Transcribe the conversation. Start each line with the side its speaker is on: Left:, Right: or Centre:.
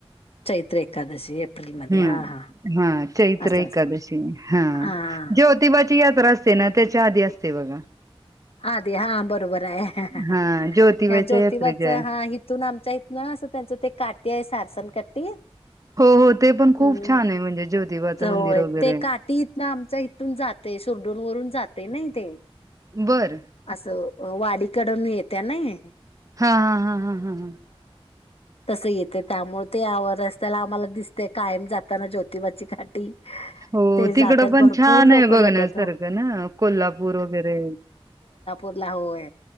Left: चैत्र एकादशी एप्रिल मध्ये
Right: हम्म
Left: हा हा
Right: हा चैत्र
Left: असं
Right: एकादशी
Left: असं
Right: हा.....
Left: हा
Right: ज्योतिबाची यात्रा असते ना त्याच्या आधी असते बघा...
Left: आधी हा बरोबर आहे हं.. ह..
Right: हा
Left: ह....
Right: ज्योतिबाच्या
Left: या ज्योतिबाच
Right: यात्रेच्या आहे
Left: हा हितुन आमच्या इथनं असं त्यांचं ते काठी आहे सासण काठी....
Right: हो हो ते पण खूप
Left: ह्म्म..
Right: छान
Left: मग
Right: आहे म्हणजे ज्योतिबाचं
Left: होय
Right: मंदिर वगैरे
Left: ते काठी इतनं आमच्या इथून जात.... ते सुरडून वरून जाते नाही... ते
Right: बरं...
Left: असं वाडीकडून येत्या नाही...
Right: हा हा हा हा हा हा...
Left: तस येते त्यामुळ ते आव रस्त्याला आम्हाला दिसते कायम जाताना ज्योतिबाची काठी....
Right: ह... हो
Left: ते
Right: तिकड
Left: जातात
Right: पण
Left: भरपूर
Right: छान
Left: लोक
Right: आहे बघण्यासारखं
Left: जातात हो
Right: ना कोल्हापूर वगैरे...
Left: कोल्हापुरला होय....